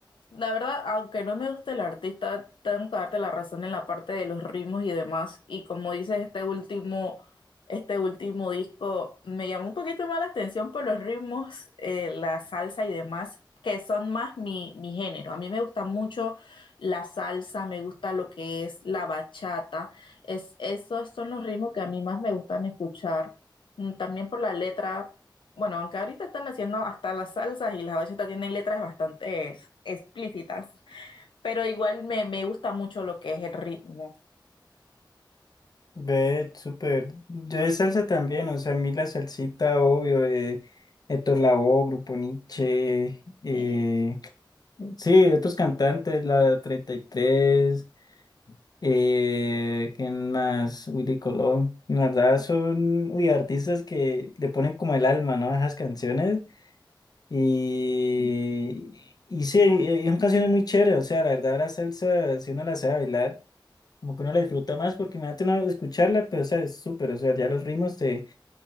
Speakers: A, on the left; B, on the left.
A: La verdad, aunque no me gusta el artista, tengo que darte la razón en la parte de los ritmos y demás. Y como dices, este último, este último disco me llamó un poquito más la atención por los ritmos, eh, la salsa y demás, que son más mi, mi género. A mí me gusta mucho la salsa, me gusta lo que es la bachata. Es, esos son los ritmos que a mí más me gustan escuchar. Mm, También por la letra. Bueno, aunque ahorita están haciendo hasta las salsas y las bachetas tienen letras bastante es- explícitas, pero igual me, me gusta mucho lo que es el ritmo.
B: Ve, súper. Yo de salsa también, o sea, a mí la salsita, obvio, de Héctor Lavoe, Grupo Nietzsche, eh,
A: Sí,
B: sí, otros cantantes, la 33 eh, ¿quién más? Willy Colón. La verdad son, uy, artistas que le ponen como el alma, ¿no? A esas canciones. Y, y sí, y y son canciones muy chéveres, o sea, la verdad la salsa, si uno la sabe bailar como que uno la disfruta más porque me da uno escucharla, pero o sea, es súper, o sea, ya los ritmos te,